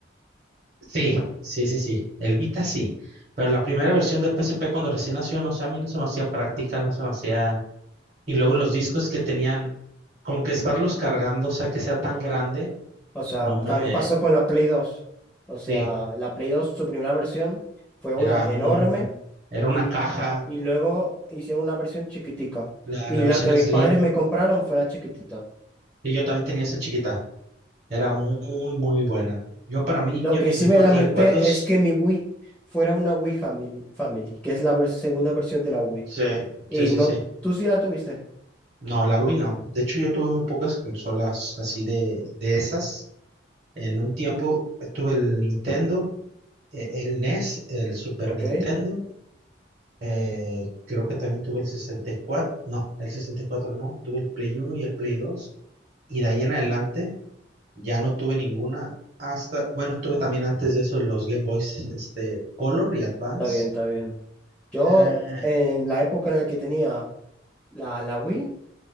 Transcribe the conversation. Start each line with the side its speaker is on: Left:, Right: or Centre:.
Right: Sí, sí, sí, sí. El Vita sí, pero la primera versión del PSP cuando recién nació, no sé, a mí no se me hacía práctica, no se me hacía Y luego los discos que tenían, como que estarlos cargando, o sea, que sea tan grande,
Centre: O sea,
Right: no
Centre: también
Right: me...
Centre: pasó con la Play dos O sea,
Right: Sí,
Centre: la Play dos su primera versión, fue una
Right: era una,
Centre: enorme
Right: era
Centre: y,
Right: una caja,
Centre: y luego hicieron una versión chiquitica.
Right: la,
Centre: Y
Right: la
Centre: la
Right: versión
Centre: que mis
Right: Slim,
Centre: padres me compraron fue la chiquitita.
Right: y yo también tenía esa chiquita. Era muy, muy buena. Yo para mí,
Centre: Lo
Right: yo
Centre: que
Right: mis
Centre: sí
Right: mejores
Centre: me lamenté
Right: recuerdos,
Centre: es que mi Wii fuera una Wii Family, Family, que es la vers- segunda versión de la Wii.
Right: sí,
Centre: Y
Right: sí, sí,
Centre: no,
Right: sí.
Centre: tú sí la tuviste.
Right: No, la Wii no. De hecho, yo tuve muy pocas consolas así de, de esas. En un tiempo eh, tuve el Nintendo, eh, el NES, el Super
Centre: Ok,
Right: Nintendo
Centre: está
Right: Eh, creo que también tuve el 64, no, el 64 no, tuve el Play uno y el Play 2 y de ahí en adelante ya no tuve ninguna, hasta, bueno, tuve también antes de eso los Game Boys, este, Color y Advance.
Centre: bien, está bien. Yo,
Right: Ah,
Centre: en la época en la que tenía la, la Wii,